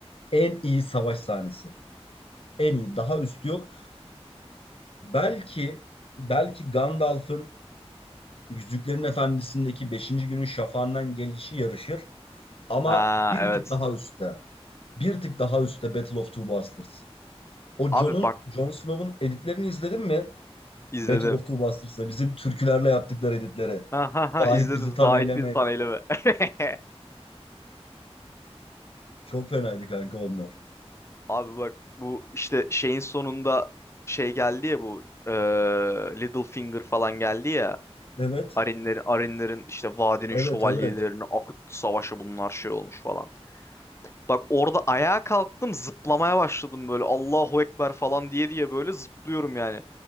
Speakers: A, on the left; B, on the left.
A: en iyi savaş sahnesi. En iyi. Daha üstü yok. Belki belki Gandalf'ın Yüzüklerin Efendisi'ndeki beşinci günün şafağından gelişi yarışır ama
B: Ha
A: bir
B: evet.
A: tık daha üstte. Bir tık daha üstte Battle of Two Bastards. O
B: Abi
A: Jon'un
B: bak
A: Jon Snow'un editlerini izledin mi?
B: izledim.
A: Battle of Two Bastards'ta bizim türkülerle yaptıkları editleri.
B: Ha ha ha
A: Dahit
B: izledim.
A: bizi tan
B: Zahit
A: eylemeyle.
B: bir taneyle mi? <laughs>
A: Çok fenaydı kanka onlar.
B: Abi bak bu işte şeyin sonunda şey geldi ya bu eee Little Finger falan geldi ya.
A: Evet,
B: Arinlerin, Arinlerin işte vadinin
A: evet,
B: şövalyelerini
A: evet.
B: akıttı savaşı bunlar şey olmuş falan. Bak orada ayağa kalktım zıplamaya başladım böyle Allahu Ekber falan diye diye böyle zıplıyorum yani.